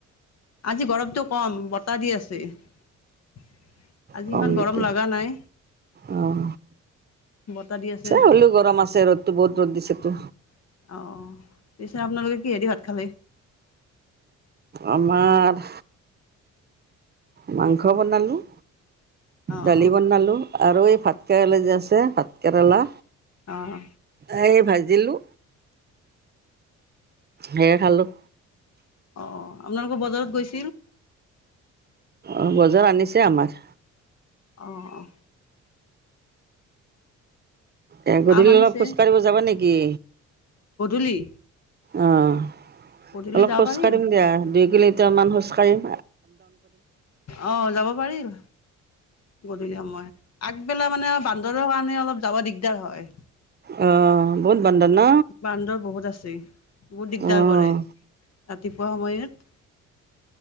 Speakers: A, on the left (about 55°); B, on the right (about 35°).
A: আজি গৰমতটো কম ব বতাহ দি আছে। আজি
B: কম
A: ইমান
B: নেকি
A: গৰম লগা নাই,
B: অঁ
A: বতাহ দি আছে,
B: হ'লেও গৰম আছে ৰ'দটো বহুত ৰ'দ দিছেতো
A: আহ পিছে আপোনালোকে কিহেদি ভাত খালে?
B: আমাৰ মাংস বনালোঁ।
A: অঁ
B: দালি বনালো। আৰু এই ভাতকেৰেলা যে আছে ভাতকেৰেলা?
A: অঁ
B: আহ ভাজিলো। ধেৰ খালোঁ।
A: অ আপোনালোক বজাৰত গৈছিল।
B: অ বজাৰ আনিছে আমাৰ।
A: অ অ
B: এ গধূলি
A: আম আনিছে
B: অলপ খোজ কঢ়িব যাব নেকি। গে,
A: গধূলি,
B: আহ,
A: গধূলি
B: অলপ
A: যাব
B: খোজকাঢ়িম
A: পাৰিল
B: দিয়া দুই মিনিট, কেইটামান খোজ কাঢ়িম,
A: অ যাব পাৰিম গধূলি সমই আগ আহি পেলাই মানে বান্দৰৰ কাৰণে অলপ যাব দিগদাৰ হয়।
B: অ বহুত বান্দৰ ন
A: বান্দৰ বহুত আছে বহুত দিগদাৰ
B: অঁ
A: কৰে। ৰাতিপুৱা সময়ত,